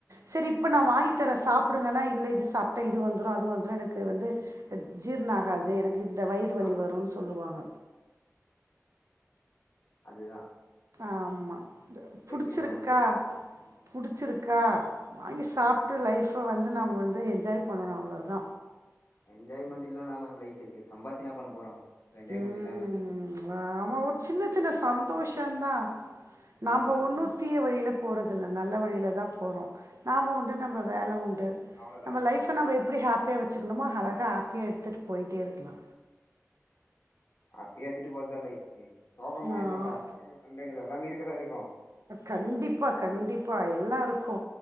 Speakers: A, on the right (about 70°); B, on the left (about 55°).
A: செரி இப்ப
B: ம்
A: நா வாங்கி தரெ சாப்புடுங்கனா இல்ல இது சாப்ட்டா இது வந்துரு அது வந்துரு எனக்கு வந்து ஜீர்ண ஆகாது எனக் இந்த வயிறு வலி
B: ஆம்
A: வருனு சொல்லுவாங்க
B: அது தா
A: ஆமா புடுச்சுருக்கா
B: இருக்கும் போதே கட் பண்ணி
A: புடுச்சுருக்கா வாங்கி சாப்ட்டு
B: ம்
A: லைஃப்ப வந்து நம்ம வந்து என்ஜாய் பண்ணனு அவ்ளோ தா
B: என்ஜாய்மெண்ட் இல்லனா மேம் லைஃப் இருக்கு சம்பாச்சு இன்ன பண்ண போறோ ஒரு என்ஜாய்மெண்ட்
A: ம்,
B: இல்லாம
A: ஆமா ஒரு சின்ன சின்ன சந்தோஷந் தா நாம்ப
B: ஆமா
A: ஒன்னு தீய வழியில போறதில்ல நல்ல வழில தா போறோ நாம உண்டு நம்பப வேல உண்டு
B: அவ்ளோதான்
A: நம்ம லைஃப்ப நம்ம எப்டி ஹாப்பியா வச்சுக்கணுமோ அழகா ஹாப்பியா எடுத்துட்டு போயிட்டே இருக்கலா
B: அப்டியே எடுத்துட்டு போறத்தா லைஃப்பெ சோகமு
A: நான்
B: கஷ்டங்கள் சண்டைகள் எல்லாமே இருக்கதா இருக்கு
A: கண்டிப்பா கண்டிப்பா எல்லாருக்கு